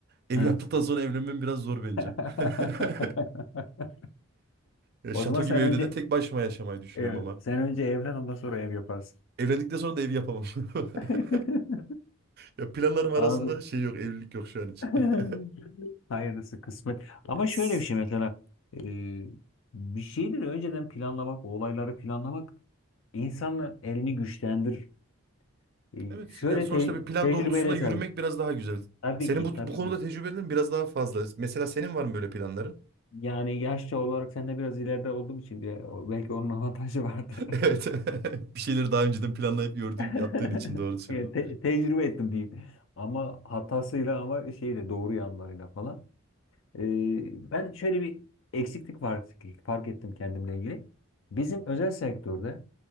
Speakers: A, on the right; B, on the left.
A: Ev
B: Evet.
A: yaptıktan sonra evlenmem biraz zor bence.
B: <laughs>
A: <laughs> Ya Şato
B: O zaman sen
A: gibi evde
B: önce
A: de tek başıma yaşamayı düşünüyorum
B: evet,
A: ama.
B: sen önce evlen ondan sonra ev yaparsın.
A: Evlendikten sonra da ev yapamam.
B: <laughs>
A: <laughs> Ya planlarım arasında
B: Abi
A: şey yok, evlilik yok şu an için.
B: <laughs>
A: <laughs>
B: Hayırlısı kısmet. Ama
A: Yes.
B: şöyle bir şey mesela e, bir şeyleri önceden planlamak, o olayları planlamak insanın elini güçlendirir. E,
A: Evet,
B: şöyle
A: yani sonuçta
B: te-
A: bir plan
B: tecrübeyle
A: doğrultusunda yürümek
B: sabit.
A: biraz daha güzel.
B: Tabii
A: Senin
B: ki,
A: bu,
B: tabii
A: bu konuda
B: ki.
A: tecrübelerin biraz daha fazla. Mesela senin var mı böyle planların?
B: Yani yaşça olarak senden biraz ileride olduğum için bile o- belki onun avantajı vardı.
A: Evet. <laughs> Bir şeyleri daha önceden planlayıp gördüğüm,
B: <laughs> <laughs>
A: yaptığın için doğru söylüyorum.
B: Yani te- tecrübe ettim diyeyim. Ama hatasıyla ama şeyle doğru yanlarıyla falan. Ee, ben şöyle bir eksiklik var, fark ettim kendimle ilgili. Bizim özel sektörde